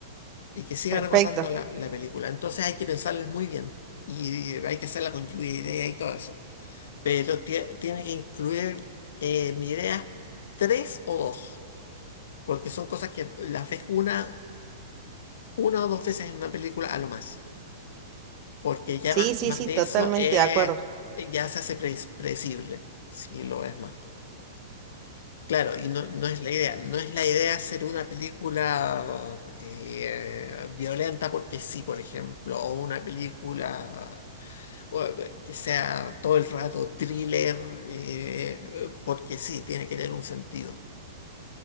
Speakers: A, on the left; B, on the right.
A: y que siga
B: Perfecto.
A: recordando la, la película. Entonces hay que pensarlas muy bien y hay que hacerla con lluvia de ideas y todo eso, pero tie- tiene que incluir, eh, mi idea, tres o dos. porque son cosas que las ves una, una o dos veces en una película a lo más, porque ya
B: Sí,
A: más,
B: sí,
A: más
B: sí,
A: de
B: totalmente
A: eso es
B: de acuerdo.
A: ya se hace pre- predecible, si lo ves más. Claro, y no, no es la idea, no es la idea hacer una película eh, violenta porque sí, por ejemplo, o una película bueno, que sea todo el rato thriller eh, porque sí, tiene que tener un sentido.